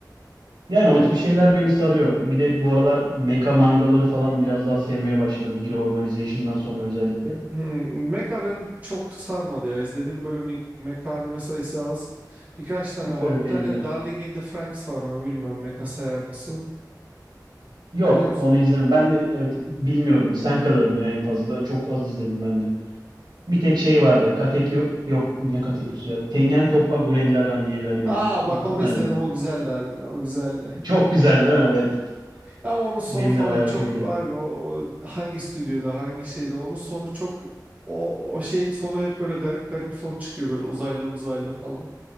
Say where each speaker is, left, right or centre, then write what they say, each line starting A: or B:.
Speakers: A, on the right (about 75°); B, on the right (about 20°).
A: Yani
B: Yani,
A: o tip şeyler beni sarıyor. Bir de bu aralar meka mangaları falan biraz daha sevmeye başladım. Hero Organization'dan sonra özellikle.
B: hmm, Mecha beni çok sarmadı ya. İzlediğim böyle mi- Mecha anime sayısı az. Birkaç tane var.
A: Evet
B: Bir
A: benim
B: tane
A: de.
B: Darling in the Franxx var onu bilmiyorum. Mecha sayar mısın?
A: Yok
B: Biliyor musun
A: onu
B: onu?
A: izleme. Ben de evet bilmiyorum. Sen kadarım ya en fazla. Çok az izledim ben de. Bir tek şey vardı. Katekyo yok ne Katekyo'su ya. Tengen Toppa Gurren Lagann diye bir anime.
B: Aa bak
A: İzledin
B: onu
A: mi daha
B: izledim
A: önce?
B: o güzeldi harbiden o güzeldi.
A: Çok güzeldi ha? Evet.
B: Ama onun sonu
A: Benim
B: falan
A: de bayağı
B: çok
A: hoşuma gidiyor.
B: abi o, o hangi stüdyoda hangi şeyde onun sonu çok o, o şeyin sonu hep böyle garip garip son çıkıyor böyle uzaylı uzaylı falan.